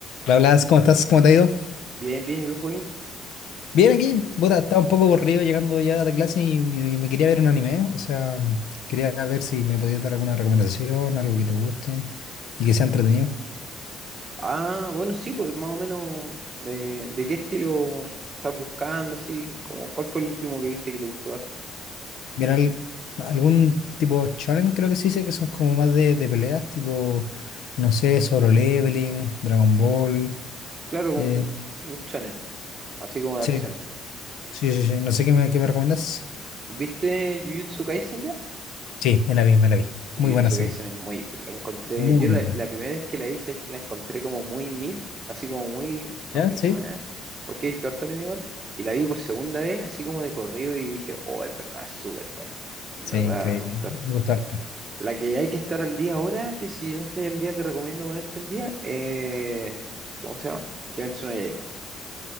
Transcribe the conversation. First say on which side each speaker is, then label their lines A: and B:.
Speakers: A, on the left; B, on the right.
A: Hola, Blas, ¿cómo estás? ¿Cómo te ha ido?
B: Bien, bien, ¿y tú, Joaquín?
A: Bien, aquí, puta, estaba un poco aburrido llegando ya de clase y me, me quería ver un anime, o sea, quería ver si me podías dar alguna recomendación, algo que te guste y que sea entretenido.
B: Ah, bueno, sí, pues más o menos de, de qué estilo estás buscando, así, como, ¿cuál fue el último que viste que te gustó harto?
A: Mira, al- algún tipo shonen creo que sí sé que son como más de, de peleas, tipo, no sé, Solo Leveling, Dragon Ball.
B: Claro, como
A: eh,
B: un channel así como de
A: sí,
B: acción.
A: sí, sí, sí, no sé qué me, qué me recomiendas.
B: ¿Viste Jujutsu Kaisen ya?
A: Sí, me la vi, me la vi.
B: Jujutsu
A: Muy buena serie,
B: Kaisen es muy, la encontré,
A: muy
B: yo la,
A: buena.
B: la primera vez que la hice es que la encontré como muy mid, así como muy, así
A: ¿Ya?
B: como,
A: Sí,
B: eh, porque he visto harto anime igual, y la vi por segunda vez, así como de corrido, y dije, oh, en verdad es súper buena, en
A: sí,
B: verdad
A: increíble,
B: me gustó harto.
A: me gustó harto.
B: La que hay que estar al día ahora, que si no estás al día te recomiendo ponerte al día, eh, ¿cómo se llama? Kimetsu no Yaiba.